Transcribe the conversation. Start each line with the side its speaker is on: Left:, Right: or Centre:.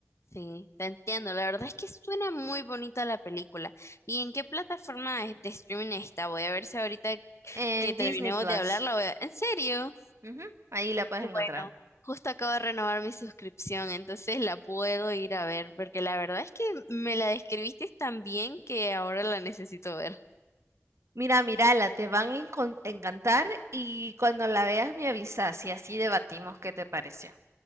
Left: Sí, te entiendo. La verdad es que suena muy bonita la película. ¿Y en qué plataforma es de streaming está? Voy a ver si ahorita
Right: En
Left: que terminemos
Right: Disney Plus.
Left: de hablar, la voy a... ¿En serio?
Right: Ujú, Ahí la puedes
Left: Qué
Right: encontrar.
Left: bueno. Justo acabo de renovar mi suscripción, entonces la puedo ir a ver, porque la verdad es que me la describiste tan bien que ahora la necesito ver.
Right: Mira, mírala, te van a encon- encantar y cuando la veas me avisas y así debatimos qué te pareció.